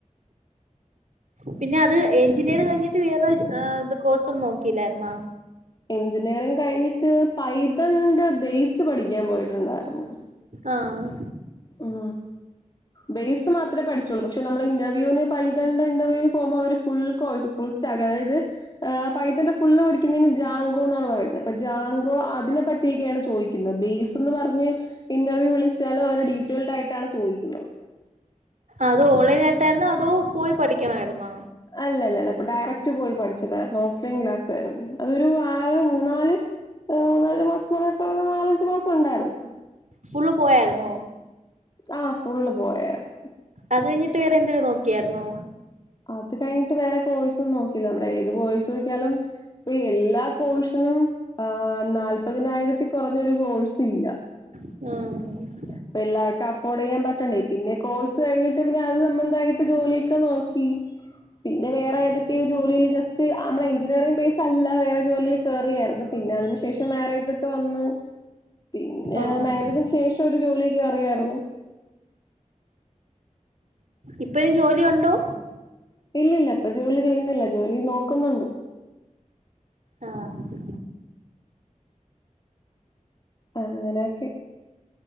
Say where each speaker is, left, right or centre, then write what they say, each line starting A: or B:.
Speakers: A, on the right; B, on the left.
A: പിന്നെ അത് എഞ്ചിനീയർ കഴിഞ്ഞിട്ട് വേറൊരു കോഴ്സ് ഒന്നും നോക്കിയില്ലായിരുന്നോ
B: എഞ്ചിനീയറിംങ്ങ് കഴിഞ്ഞിട്ട് പൈതലിന്റെ ബേസ് പഠിക്കാൻ പോയിട്ടുണ്ടായിരുന്നു
A: ആഹ്
B: ഉം ബേസ് മാത്രേ പഠിച്ചോള്ളൂ പക്ഷെ നമ്മൾ ഇന്റർവ്യൂന് പൈതണ്ട ഇന്റർവ്യൂവിന് പോകുമ്പോ അവര് ഫുൾ കോഴ്സ് ഫുൾ സ്റ്റാഗ് അതായത് പൈതന്റെ ഫുള് പടിക്കുന്നതിന് ജാങ്കോ എന്നാണ് പറയുന്നത്ജാങ്കോ അതിനെ പറ്റി ചോദിക്കുന്നത് ബേസ് എന്ന് പറഞ്ഞ് ഇന്റർവ്യൂ വിളിച്ചാലും അവര് ഡീറ്റെയിൽഡ് ആയിട്ടാണ് ചോയിക്കുന്നത്
A: അതോ ഓൺലൈൻ ആയിട്ടായിരുന്നോ അതോ പോയി പഠിക്കണായിരുന്നോ
B: അല്ലല്ല ഇപ്പ ഡയറക്ട് പോയി പഠിച്ചതായിരുന്നു ഓഫ്‌ലൈൻ ക്ലാസ് ആയിരുന്നു ക്ലാസയിരുന്നു അതൊരു ആറ് മൂന്നാല് ഏ മൂനാല് മാസം പറഞ്ഞിട്ടോ നാലഞ്ചു മാസം ഉണ്ടായിരുന്നു
A: ഫുള്ള് പോയാന്നോ
B: ആഹ് ഫുൾ പോയരുന്നു
A: അത് കഴിഞ്ഞിട്ട് വറെന്തേില നോക്കിയാരുന്നോ
B: അത് കഴിഞ്ഞിട്ട് വേറെ കോഴ്സ ഒന്നും നോക്കില്ല നമ്മൾ ഏത് കോഴ്സ് നോക്കിയാലും ഇപ്പൊ എല്ലാ കോഴ്സിനും ആ നാല്പതിനായിരത്തി കുറഞ്ഞൊരു കോഴ്സ് ഇല്ല
A: ആഹ്
B: ഇപ്പൊ എല്ലാർക്കും അഫോർഡ്യ്യാൻ പറ്റണ്ടേ പിന്നെ കോഴ്സ് കഴിഞ്ഞിട്ട് പിന്നെ അത് സംബന്ധമായിട്ട് ജോലിയൊക്കെ നോക്കി പിന്നെ വേറെ ഏതൊക്കെയ ജോലിയില് ജസ്റ്റ് നമ്മള എഞ്ചിനീയറിംഗ ബേസ് അല്ല വേറെ ജോലിൽ കേയറിയായിരുന്നു പിന്നെ അതിന് ശേഷം മാരേജ് ഒക്കെ വന്ന് പിന്നെ
A: ആഹ്
B: മാരേജന് ശേഷം ഒരു ജോലിക്ക് അറിയായിരുന്നു
A: ഇപ്പഴും ജോലി ഒണ്ടോ
B: ഇല്ലല്ല ഇപ്പൊ ജോലി ചെയ്യുന്നില്ല ജോലി നോക്കുന്നുണ്ട്
A: ആഹ്
B: ആ അങ്ങനെയൊക്കെ